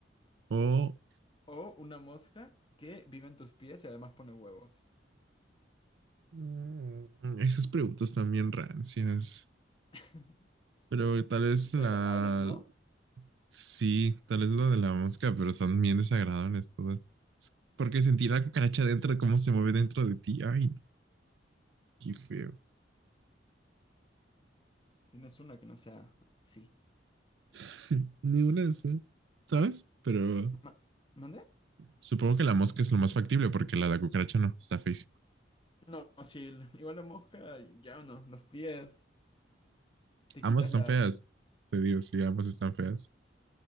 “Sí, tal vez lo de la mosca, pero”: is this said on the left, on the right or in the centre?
Right